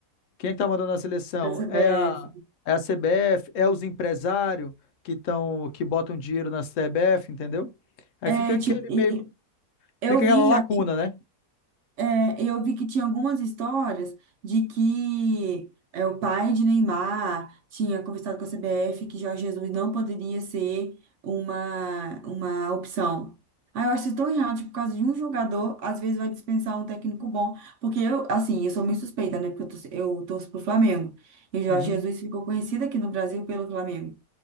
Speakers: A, on the left; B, on the right.
A: quem é que tá mandando na seleção?
B: Da CBF.
A: É a, é a CBF, é os empresários que tão, que botam dinheiro na CBF, entendeu? Aí
B: É,
A: fica aquele
B: tipo,
A: meio,
B: e eu
A: fica
B: vi
A: aquela lacuna,
B: já.
A: né?
B: É, eu vi que tinha algumas histórias de que é, o pai de Neymar tinha conversado com a CBF que Jorge Jesus não poderia ser uma, uma opção. Ah, eu acho isso tão errado, tipo, por causa de um jogador, às vezes vai dispensar um técnico bom. Porque eu, assim, eu sou meio suspeita, né? Porque eu torço, eu torço pro Flamengo. E o Jorge
A: Uhum,
B: Jesus ficou conhecido aqui no Brasil pelo Flamengo.